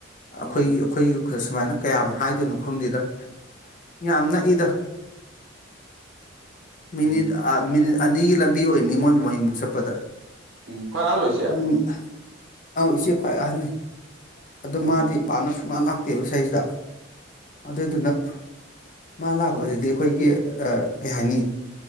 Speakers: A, on the left; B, on the right.
A: ꯑꯩꯈꯣꯏꯒꯤ
B: ꯎꯝ
A: ꯑꯩꯈꯣꯏ ꯁꯨꯃꯥꯏꯅ ꯀꯌꯥꯝ ꯍꯥꯏꯗꯣꯏꯅꯣ ꯈꯪꯗꯦꯗ ꯌꯥꯝꯅ ꯏꯗ ꯃꯤꯅꯤꯠ
B: ꯎꯝ
A: ꯃꯤꯅꯤꯠ ꯑꯅꯤꯒꯤ ꯂꯝꯕꯤ ꯑꯣꯏꯅꯤ ꯃꯣꯏꯕꯨ ꯃꯌꯃꯨꯛ ꯆꯠꯄꯗ
B: ꯎ ꯍꯣꯏ ꯑꯍꯥ ꯂꯣꯏꯁꯦ
A: ꯎꯝ ꯑꯧ ꯏꯆꯦ ꯈ꯭ꯋꯥꯏ ꯑꯍꯟꯅꯤ
B: ꯑꯣ
A: ꯑꯗꯨ ꯃꯥꯗꯤ ꯄꯥꯅ ꯁꯨꯃꯥꯟ ꯂꯥꯛꯇꯦꯕ ꯁꯩꯁꯤꯗ ꯑꯗꯨꯏꯗꯨꯅ ꯃꯥ ꯂꯥꯛꯄꯁꯤꯗꯤ
B: ꯁꯨꯝ
A: ꯑꯩꯈꯣꯏꯒꯤ ꯀꯩ ꯍꯥꯏꯅꯤ